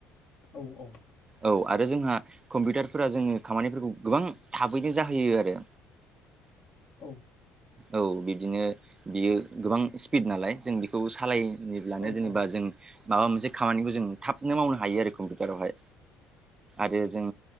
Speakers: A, on the left; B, on the right.
A: औ औ
B: औ आरो जोंहा कम्पिउटारफोरा जोङो खामानिफोरखौ गोबां थाबैनो जाहैयो आरो
A: औ।
B: औ बिब्दिनो बियो गोबां स्पिड नालाय जों बेखौ सालाय निब्लानो
A: औ
B: जेनेबा जों माबा मोनसे खामानिबो जों थाबनो मावनो हायो आरो कम्पिउटारावहाय आरो जों